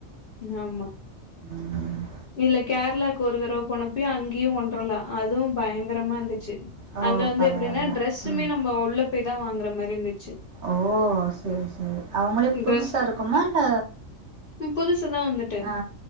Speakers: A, on the left; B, on the right.
A: நாமா
B: ம்
A: இல்ல கேரளாக்கு ஒரு தடவ போனப்போயு அங்கேயு வொன்றல்லா அதுவு பயங்கரமா இருந்துச்சு
B: ஓ
A: அங்க வந்து
B: பரவால்ல
A: எப்டின்னா ட்ரெஸ்சுமே
B: ம்
A: நம்ம உள்ள போய்தா வாங்கற மாரி இருந்துச்சு
B: ஓ சரி சரி அவங்களே புதுசா
A: ட்ரெஸ்
B: இருக்குமா இல்ல
A: புதுசுதா வந்துட்டு
B: ஆ